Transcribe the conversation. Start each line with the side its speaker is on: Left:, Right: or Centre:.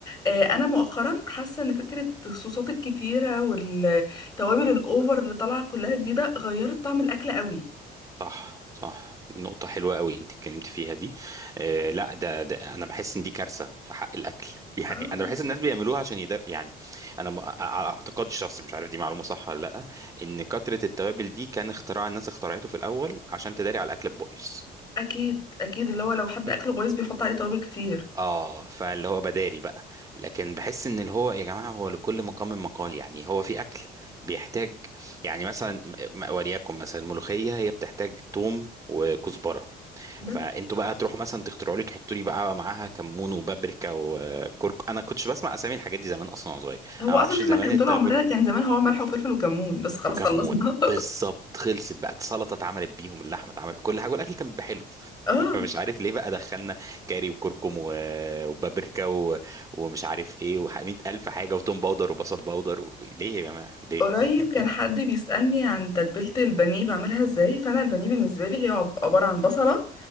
Left: آه أنا مؤخرا حاسة إن فكرة الصوصات الكتيرة والتوابل الأوفر اللي طالعة كلها جديدة غيرت طعم الأكل قوي
Right: صح صح نقطة حلوة قوي انت اتكلمت فيها دي آه لا ده, ده انا بحس ان دي كارثة في حق الاكل <laughs> يعني
Left: اه
Right: انا بحس الناس بيعملوها عشان يدر يعني انا م- على اعتقادي الشخصي مش عارف دي معلومة صح ولا لا ان كترة التوابل دي كان اختراع الناس اخترعته في الاول عشان تداري على الاكل البايظ
Left: أكيد أكيد اللي هو لو حد
Right: <laughs>
Left: أكله بايظ بيحط عليه توابل كتير
Right: اه فاللي هو بداري بقى لكن بحس ان اللي هو يا جماعه هو لكل مقام مقال يعني هو في اكل بيحتاج يعني مثلا م- وليكن مثلا الملوخيه هي بتحتاج توم وكزبره
Left: بس
Right: فانتوا بقى تروحوا مثلا تخترعوا لي تحطوا لي بقى معاها كمون وبابريكا وكرك انا كنتش بسمع اسامي الحاجات دي زمان اصلا وانا صغير
Left: هو
Right: انا ما
Left: أصلا
Right: اعرفش
Left: إحنا
Right: زمان
Left: كان
Right: التابل
Left: طول عمرنا كان زمان هو ملح وفلفل وكمون بس خلاص
Right: وكمون
Left: خلصنا
Right: بالظبط خلصت بقى السلطه اتعملت بيهم اللحمه اتعملت كل حاجه والاكل كان بيبقى حلو
Left: <laughs>
Right: <laughs>
Left: آه
Right: فمش عارف ليه بقى دخلنا كاري وكركم و- وبابريكا و... ومش عارف ايه و100 الف حاجه وتوم باودر وبصل باودر و... ليه يا جماعه ليه
Left: قريب
Right: <laughs>
Left: كان حد بيسألني عن تتبيلة البانيه بعملها ازاي فأنا البانيه بالنسبة لي هي عب- عبارة عن بصلة